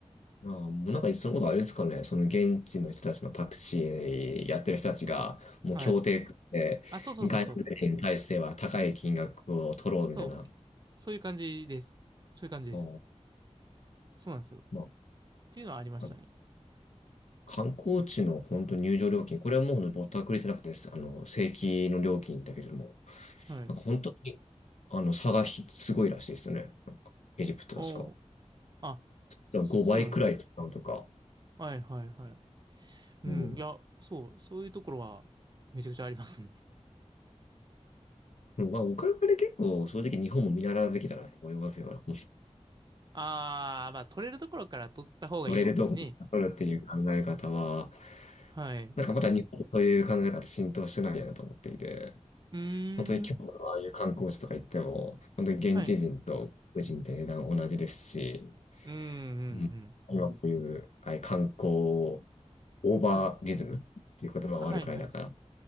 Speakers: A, on the left (about 70°); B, on the right (about 35°).
A: あーもうなんか、そのことあれですかね、その現地の人たちのタクシーやってる人たちが、もう協定組んで、
B: はい。あ、そうそうそうそう。
A: 外国人に対しては高い金額を取ろうみたいな、
B: そう。そういう感じです。そういう感じです。
A: あー
B: そうなんですよ。っ
A: まあ、
B: ていうのはありましたね。
A: あの観光地の本当入場料金、これはもうぼったくりじゃなくて、あの、正規の料金だけれども、
B: はい。
A: なんか本当に、あの、差がひすごいらしいですよね。なんかエジプト確か。
B: おー。あ、
A: だか5倍くらい使うとか、
B: そうなんですね。はいはいはい。うん、
A: うん。
B: いや、そう、そういうところはめちゃくちゃありますね。
A: まあ、お金で結構、正直日本も見習うべきだなと思いますよ。
B: あー、まあ、取れるところから取った方がいいっていうね。
A: 乗れるところに取るっていう考え方は、
B: はい。
A: なんかまだ日本という考え方浸透してないよなと思っていて、
B: うーん、
A: 本当に今日のああいう観光地とか行っても、本当に現地人と外国人って値段同じですし、
B: はい。うん、うん、
A: うん今こういうああいう観光を
B: うん。
A: オーバーリズムっていう言葉はあるくらいだから、
B: はい。あ、はい、はい。